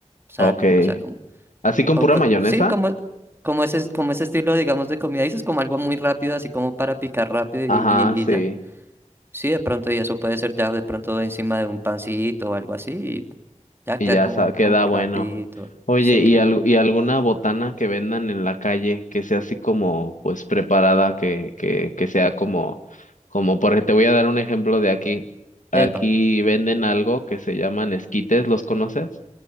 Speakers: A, on the right (about 20°); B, on the left (about 85°).
A: sale.
B: okay.
A: O sea, como,
B: ¿Así con
A: o
B: pura
A: co-
B: mayonesa?
A: sí, como, como ese, como ese estilo, digamos, de comida. Dices como algo muy rápido, así como para picar rápido y,
B: Ajá,
A: y,
B: sí.
A: y ya. Sí, de pronto, y eso puede ser ya de pronto encima de un pancito o algo así y ya
B: Y
A: queda
B: ya
A: como,
B: sa- queda
A: como
B: bueno.
A: rapidito.
B: Oye,
A: Sí.
B: ¿y, al- y alguna botana que vendan en la calle que sea así como, pues, preparada, que, que, que sea como, como, porque te voy a dar un ejemplo de aquí. Aquí
A: Epa.
B: venden algo que se llaman esquites, ¿los conoces?